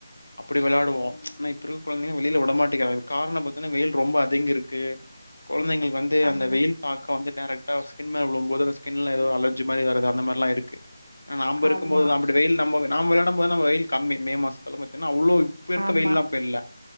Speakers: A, on the left; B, on the right.
A: அப்படி விளையாடுவோம் ஆனா இப்பிருக்க குழந்தைங்க வெளியில விடமாட்டிக்கிறாங்க காரணம் பத்தீயனா வெயில் ரொம்ப அதிங்கிருக்கு குழந்தைளுக்கு வந்து
B: ஆமா.
A: அந்த வெயில் தாக்கம் வந்து டைரக்டா ஸ்கின் மேலே விழும் போது ஸ்கின்ல ஏதோ அலர்ஜி <unintelligible> மாரிவரது அந்த மாதிரிலாம் இருக்கு நாம்ப இருக்கு
B: ஆமா.
A: போதான் அம்புட்டு வெயில் நம்ப நாம விளயாடும் போது வெயில் கம்மி மே மாசம் பாத்தன்னா அவ்ளோ இப்ப இருக்க
B: ஆமா.
A: வெயில்லாம் அப்ப இல்ல